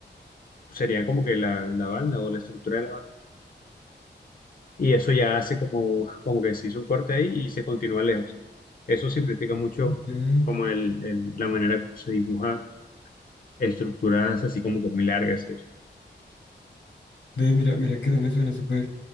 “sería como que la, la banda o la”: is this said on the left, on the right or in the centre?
Left